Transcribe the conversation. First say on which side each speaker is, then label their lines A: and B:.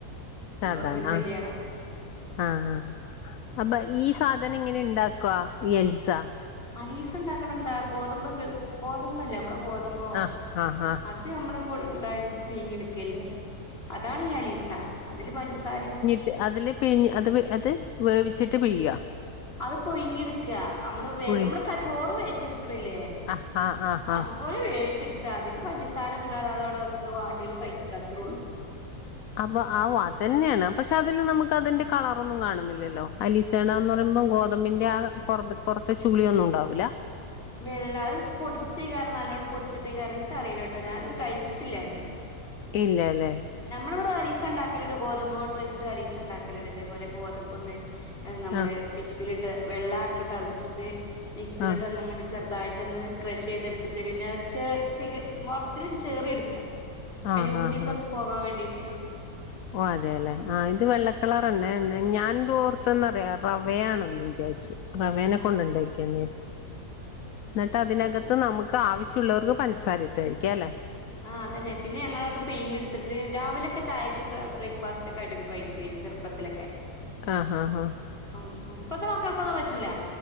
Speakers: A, on the left; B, on the left.
A: സാധണാ
B: നോർമൽ കല്യാണം
A: ആഹ് ആഹ് അപ്പ ഈ സാധനിങ്ങനെണ്ടാക്കുവ ഈ എൽസ
B: അലീസ ണ്ടാക്കണെന്താ ഗോതമ്പ്ക്ക് ഗോതമ്പല്ലേ നമ്മളെ ഗോതമ്പോ
A: ആഹ് ആഹ് ആഹ്
B: അത് അമ്മള് പുഴു ണ്ടായിട്ട് പീങ്ങിട്ക്കല്ലേ അതാണ് ഈ അലീസ അതില് പഞ്ചസാരിം
A: റ്റ് അതില് പിഞ്ഞ് അത് വ് അത് വേവിച്ചിട്ട് പിഴാ
B: അത് പുഴ്ങ്ങിട്ക്ക അമ്മള് വേ
A: പുഴി
B: അമ്മള് ക ച്ചോറ് വേവിച്ച്ട്ക്ക്ണില്ലേ
A: ആഹ് ആഹ് ആഹ് ആഹ്
B: അത് പോലെ വേവിച്ച്ട്ക്ക അതിക്ക് പഞ്ചസാരൊന്നുടാതെ അതവടെ വെക്ക വാണ്ടോര് കഴിക്കാ അത്രൊള്ളൂ.
A: അപ്പൊ ആവു അതെന്നെണ് പക്ഷെ അതില് നമക്കതിന്റെ കളറൊന്നും കാണ്ന്നില്ലല്ലോ അലീസണന്ന് പറ ഗോതമ്പിൻ്റാ പൊറത്ത് പൊറത്ത് ചുള്യൊന്നുണ്ടാവൂല്ല.
B: വെള്ളം അത് പൊടിച്ചേക്കാരം നല്ലോണ്ണം പൊടിച്ച്ട്ടേക്കാരം ഇൻക്കറീലട്ടോ ഞാനത് കഴിച്ചിട്ടില്ലന്ന്
A: ഇല്ല അല്ലേ
B: നമ്മളിവിടെ ഒരീസണ്ടാ ലുണ്ട് ഗോതമ്പ് കൊണ്ട് വച്ചിട്ട് അലീസ ഉണ്ടാക്കലണ്ട്തേപോലെ ഗോതമ്പ്ന്ന് നമ്മള്
A: ആഹ്
B: മിക്സ് സിലിട്ട് വെള്ളാക്കിതിളച്ചിട്ട് മിക്സിയിലിട്ട്
A: ആഹ്
B: ഒന്നങ്കണ്ട് ചെറുതായിട്ടൊന്ന് ക്രഷ് ചെയ്തെടുത്തിട്ട് പിന്നെ ചെ ചേ മുറത്തിലും ചേറി എടുക്കും അതിന്റെ
A: ആഹ്
B: ഉമ്മിയൊക്കെ
A: ആഹ് ആഹ്
B: ഒന്ന് പോകാൻ വേണ്ടീട്ട്
A: ഓ അതെ അല്ലെ ആഹ് ഇത് വെള്ള കളറെന്നെ എന്നാ ഞാൻന്തോഓർത്തന്നറിയാ റവയാണെന്ന് വിചാരിച്ചു. റവേന
B: ആഹ്
A: കൊണ്ട് ഉണ്ടാക്കിയന്ന് വെച്ചു.
B: അത്
A: എന്നിട്ട്
B: പിന്നെ
A: അതിനകത്ത്
B: ഓൽക്ക്
A: നമുക് ക്കാവശ്യോള്ളോർക്ക് പഞ്ചസാരയിട്ട് കഴിക്കാം അല്ലെ
B: ആഹ് അതന്നെ പിന്നെ ഞങ്ങളത് പിഴിങ്ങി എടുത്തിട്ട് രാവിലത്തെ ചായക്കൊക്കെ ബ്രേക്ക്ഫാസ്‌റ്റോക്കെ ആയിട്ടൊക്കെ കഴിക്കുവെരു ചെറുപ്പത്തിലൊക്കെ
A: ആഹ് ആഹ് ആഹ്
B: മ് ഇപ്പത്തെ മക്കൾക്കൊന്നും പറ്റൂല